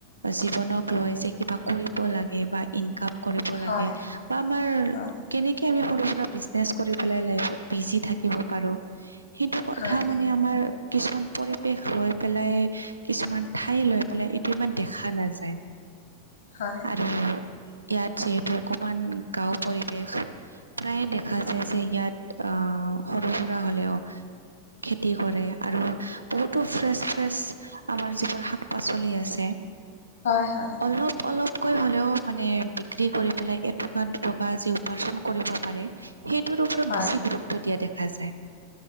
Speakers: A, on the right; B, on the left.
A: জীৱনক লৈ যে কিবা, কৰিব লাগে বা ইনকাম কৰিব
B: হয়
A: লাগে বা আমাৰ
B: হয়
A: কেনেকে আমি, সৰু-সুৰা বিজনেছ কৰি পেলাই, লাইফত বিজি থাকিব পাৰোঁ। সেইটো কথা
B: হয়
A: মানে, আমাৰ কিছুমান পৰিৱেশ লৈ পেলাই, কিছুমান ঠাই লৈ পেলাই, এইটো ইমান দেখা নাযায়।
B: হয়
A: আৰু ইয়াত যিহেতু, অকমান গাঁও পৰিৱেশ প্ৰায়ে, দেখা যায় যে ইয়াত, আঁ সৰু-সুৰা হ'লেও খেতি কৰে। আৰু বহুতো, ফ্ৰেছ-ফ্ৰেছ আমাৰ যিবোৰ, শাক-পাচলি আছে।
B: হয় হয়
A: অলপ-অলপ কৈ হ'লেও মানে, বিক্ৰী কৰি পেলাই, এটকা-দুটকা যি উপাৰ্জন কৰিব পাৰে। সেইটোৰ ওপৰত
B: হয়
A: বেছি গুৰুত্ব দিয়া, দেখা যায়।